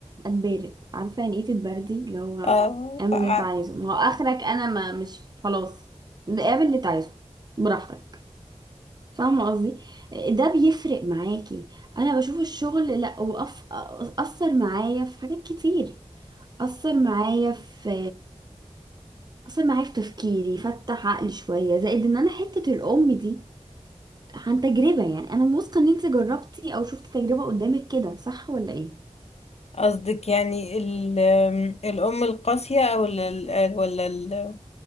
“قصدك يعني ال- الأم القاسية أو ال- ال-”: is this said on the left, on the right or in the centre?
Left